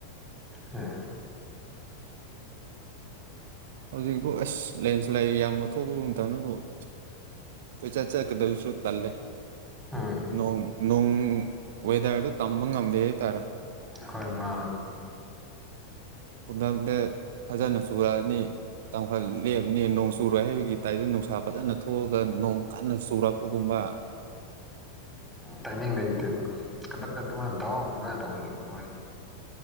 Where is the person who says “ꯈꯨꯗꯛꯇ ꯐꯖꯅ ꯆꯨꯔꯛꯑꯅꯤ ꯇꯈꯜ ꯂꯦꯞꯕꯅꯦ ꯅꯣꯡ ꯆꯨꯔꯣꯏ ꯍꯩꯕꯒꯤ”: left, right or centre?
Right